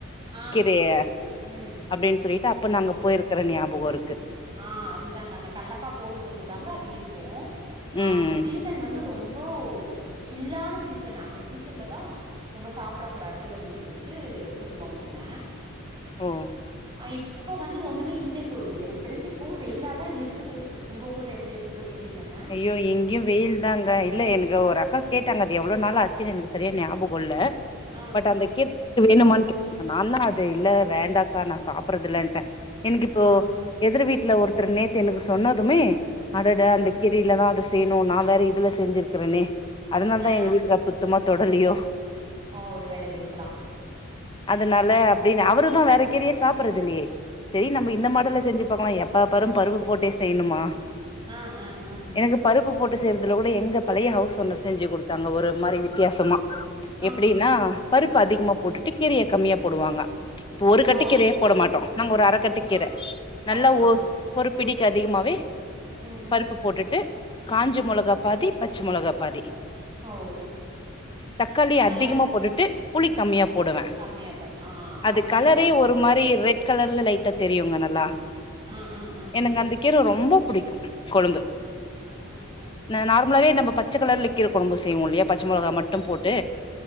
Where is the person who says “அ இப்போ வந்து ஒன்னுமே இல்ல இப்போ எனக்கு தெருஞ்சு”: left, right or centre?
Right